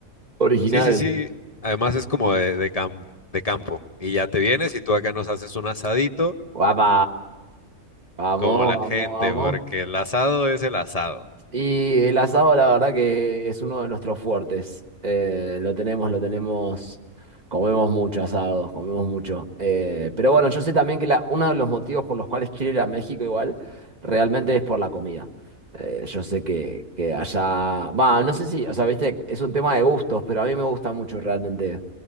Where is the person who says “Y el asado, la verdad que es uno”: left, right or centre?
Right